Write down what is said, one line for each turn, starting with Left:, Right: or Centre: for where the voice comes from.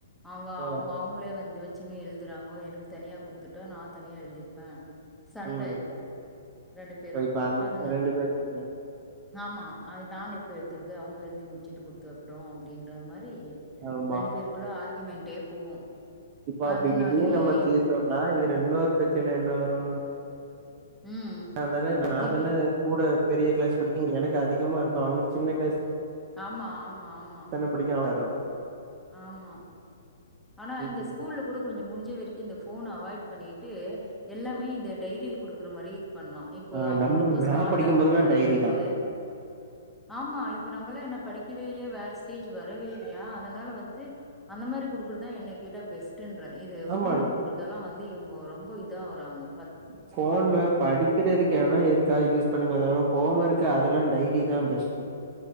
Centre: அவங்க
Right: ஓ
Centre: அவங் அவ்ங்களே வந்து வச்சுன்னு எழுதுறாங்கோ எனுக்கு தனியா குடுத்துட்டா நா தனியா எழுதிப் ப சண்ட
Right: ம்
Centre: இப்போவ் ரெண்டு பேரு
Right: இப்ப இப்ப அந்த
Centre: அதனா
Right: ரெண்டு பேர் ரெண்டு
Centre: ஆமா அது நான் எப்ப எழுதுறது அவங்க எழுதி முடிச்சிட்டு குடுத்தப்புறோ அப்டின்ற மாரி
Right: ஆமா
Centre: ரெண்டு பேருக்குள்ள ஆர்கியுமென்ட்டே போவு
Right: இப்போ அப்டி
Centre: அதனாலயே
Right: இதையு நம்ம தீர்த்தொம்னா
Centre: இப்போ
Right: இதுல இன்னொரு பிரச்சன என்ன வரு
Centre: ம்
Right: அதானே நா
Centre: திருப்பி
Right: தானே கூட பெரிய கிளாஸ் படிக்கு எனக்கு அதிகமா இருக்கு அவனுக்கு சின்ன க்ளாஸ்
Centre: ஆமா ஆமா ஆமா
Right: தானா படிக்கா வரு
Centre: ஆமா ஆனா
Right: ம்
Centre: இங்க
Right: ம்
Centre: ஸ்கூல்லு கூட கொஞ்சோ முடிஞ்ச வரைக்கு இந்த ஃபோன் அவாய்ட் பண்ணிட்டு எல்லாமே இந்த டைரில குடுக்குற மாரி இது பண்லா இப்போ
Right: ஆ
Centre: அவுங்கோ
Right: நம்ம
Centre: ரொம்ப
Right: நா
Centre: ஸ்மார்ட்டா
Right: படிக்கும் போதெல்லா
Centre: பண்றன்றட்டு
Right: டைரி தா
Centre: ஆமா இப்ப நம்மெல்லா என்ன படிக்கவே இல்லையா வேற ஸ்டேஜ் வரவே இல்லையா அதனால வந்து அந்த மாரி குடுக்குறதா என்ன கேட்டா பெஸ்ட்டுன்ற இது ஃபோன்ல
Right: ஆமா
Centre: குடு குறதுல்லா வந்து இவுங்கோ ரொம்ப இதாவுறாங்கோ
Right: ஃபோன்ல படிக் கிறதுக் எதுனா எதுக்காக யூஸ் பண்ணிக்கலா தவிர ஹோம் ஒர்க்கு அதெல்லா டைரிதா பெஸ்ட்டு